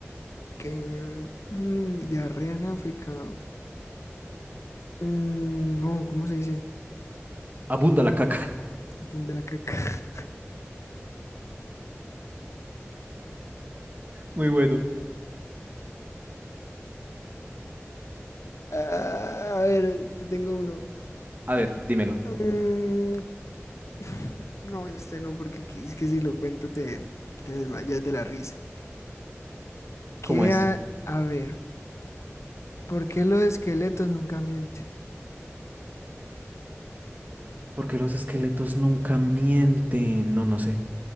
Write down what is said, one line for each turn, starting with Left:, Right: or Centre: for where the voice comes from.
Left: Que, mm, diarrea en África. Mm, no, ¿cómo se dice?
Right: Abunda la caca. <laughs>
Left: Japón de la caca.
Right: Muy bueno.
Left: Ah, a ver, te tengo uno.
Right: A ver, dímelo.
Left: Mm, <laughs> no, este no, porque aquí es que si lo cuento te, te desmayas de la risa. ¿Qué
Right: ¿Cómo es?
Left: a, a, ver? ¿Por qué los esqueletos nunca mienten?
Right: Porque los esqueletos nunca mienten. No, no sé.